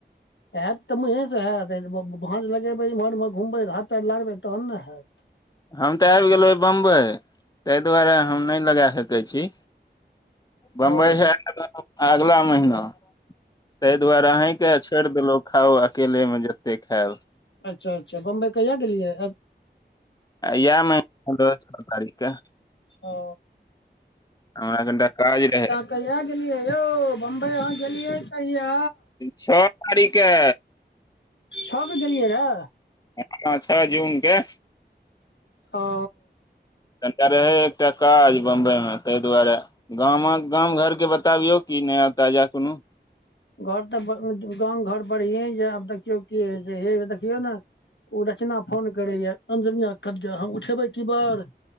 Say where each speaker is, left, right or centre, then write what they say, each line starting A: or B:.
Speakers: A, on the left (about 85°); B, on the left (about 20°).
A: हयत तऽ मुँसँ हैतत, भाँज लगेैम्हर इमहर- उम्हर घुमबै हाथ -ताथ लारबै तहन ने हयैत।
B: हम तऽ आबि गेलहुै बम्बइ, ताहि दुआरे हम नहि लगा सकै छी। बम्बइ
A: ओ
B: ह अगला महिना तहि दुआरे अही तै छोड़ि देलहु खाउ, अकेले मे जते खायब।
A: अच्छा! अच्छा! बम्बई कहिया गेलियै?
B: ये महिना पद्रह तारीख के।
A: ओ।
B: हमरा कनिटा काज रहै।
A: कहिआ गेलियए यौ, बम्बइ अहाँ गेलियै कहिया?
B: छओ तारीखके।
A: छक देलियै रहे।
B: अच्छा छ जूनके।
A: ओ।
B: कनिटा रहै एकटा काज बम्बइमे तै दुआरे गाम, गाम घरके बतबियौ की नया ताजा कोनो
A: घर तऽ गाम घर बढ़िए ये आब देखियौ कीे होइ छै, मेघ देखियौ ने। ओ रचना फोन करैये, अमजनिया के कब्जा, म उठेबै कि बर,